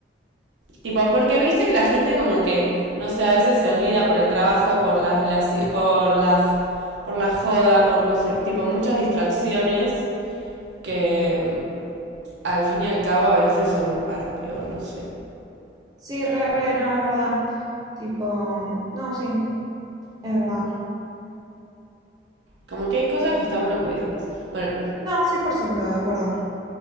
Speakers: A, on the right; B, on the right.
A: Tipo, porque viste que la gente como que, no sé, a veces se olvida por el trabajo, por las relaciones por la, por la joda, por no sé, tipo muchas distracciones que mm, al fin y al cabo a veces son para peor, no sé.
B: Sí, re, re, no, es verdad. Tipo, no, sí, es verdad.
A: Como que hay cosas que está bueno cuidarlas. Bueno,
B: No, 100% de acuerdo.